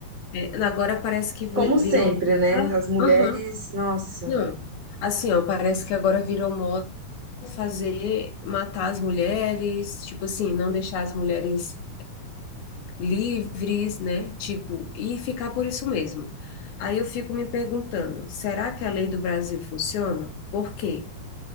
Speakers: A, on the left (about 75°); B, on the right (about 35°).
A: é, agora parece que vi-
B: Como sempre,
A: virou...
B: né?
A: moda-
B: As mulheres,
A: Aham,
B: nossa.
A: Não, assim, ó, parece que agora virou moda fazer, matar as mulheres, tipo assim, não deixar as mulheres livres, né? Tipo, e ficar por isso mesmo. Aí eu fico me perguntando, será que a lei do Brasil funciona? Por quê?